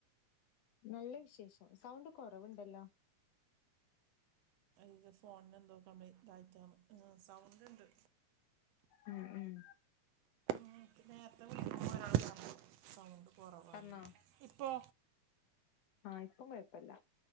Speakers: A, on the left; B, on the right.
A: നല്ല വിശേഷം സൗണ്ട് കൊറവ്ണ്ടല്ലോ
B: ഇത് ഫോണിനെന്തോ കംപ്ലയിന്റ് ഇതായിട്ടാണ് സൗണ്ട്ണ്ട്
A: ഉം ഉം
B: ഇന്ക്ക് നേരത്തെ വിളിക്കുമ്പൊരാള് പർഞ്ഞ് സൗണ്ട് കൊറവാണ്ന്ന്
A: പറഞ്ഞോ
B: ഇപ്പൊ
A: ആ ഇപ്പം കൊഴപ്പല്ല